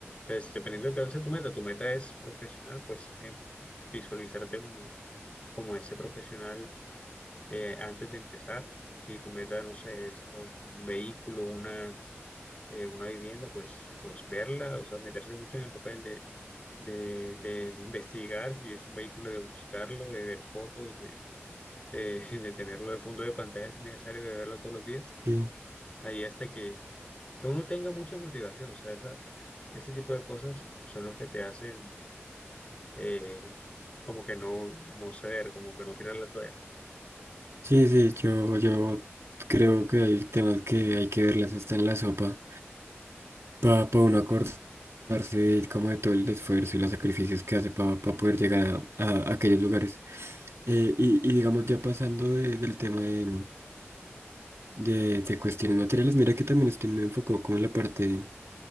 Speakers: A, on the left; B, on the right.
A: Entonces, dependiendo de cuál sea tu meta, tu meta es profesional, pues eh, visualizarte como, como ese profesional eh, antes de empezar. Si tu meta, no sé, es un, un vehículo, una eh, una vivienda, pues, pues verla, o sea, meterse mucho en el papel de, de, de- de investigar si es un vehículo, de buscarlo, de ver fotos, de, de, <laughs> de tenerlo de fondo de pantalla si es necesario, de verlo todos los días,
B: Sí.
A: ahí hasta que, que uno tenga mucha motivación, o sea, esa, ese tipo de cosas son los que te hacen eh, como que no, no ceder, como que no tirar la toalla.
B: Sí, sí, yo, yo creo que hay temas que hay que verlas hasta en la sopa para uno acordarse de, como de todo el esfuerzo y los sacrificios que hace para poder llegar a, a aquellos lugares. Eh, y, y digamos, ya pasando de- del tema de, de, de cuestiones materiales, mira que también estoy muy enfocado como en la parte